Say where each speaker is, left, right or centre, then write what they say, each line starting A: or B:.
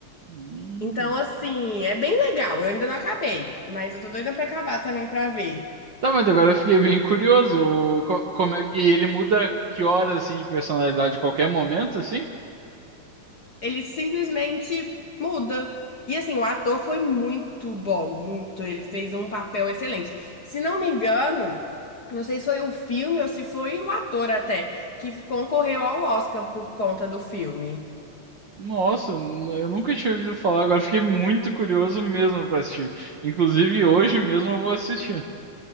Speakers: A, on the right; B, on the left.
A: Hum.
B: Então, assim, é bem legal. Eu ainda não acabei, mas eu tô doida pra acabar também pra ver.
A: Tá, mas agora eu fiquei bem curioso. O- co- Como é, que- e ele muda que hora assim de personalidade a qualquer momento, assim?
B: Ele simplesmente muda. E assim, o ator foi muito bom, muito. Ele fez um papel excelente. Se não me engano, não sei se foi o filme ou se foi o ator até, que concorreu ao Oscar por conta do filme.
A: Nossa, n- eu nunca tinha ouvido falar. Agora eu fiquei muito curioso mesmo pra assistir. Inclusive hoje mesmo eu vou assistir.